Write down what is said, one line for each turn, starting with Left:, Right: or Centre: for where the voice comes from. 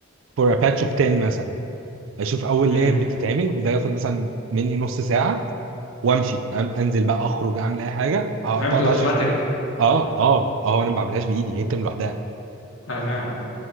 Right: for a patch of 10 مثلا اشوف اول
Left: مهم.
Right: لاير بتتعمل وده ياخد مثلا مني نص ساعه وامشي أن- انزل بقى اخرج اعمل اي حاجه أه،
Left: فهمت
Right: تقعد
Left: اوتوماتيك
Right: 10 ساعات اه اه اه انا ما بعملهاش بايدي هي بتعمل لوحدها
Left: انا فاهم اه